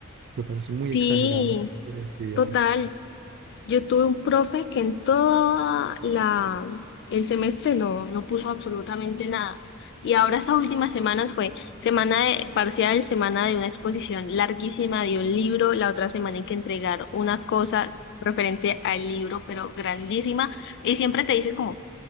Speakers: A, on the right; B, on the left.
A: Me parece muy
B: Sí,
A: exagerado de actividades.
B: total. Yo tuve un profe que en todo la, el semestre no, no puso absolutamente nada. Y ahora esas últimas semanas fue semana de, parcial, semana de una exposición larguísima de un libro, la otra semana hay que entregar una cosa referente al libro, pero grandísima. Y siempre te dices como,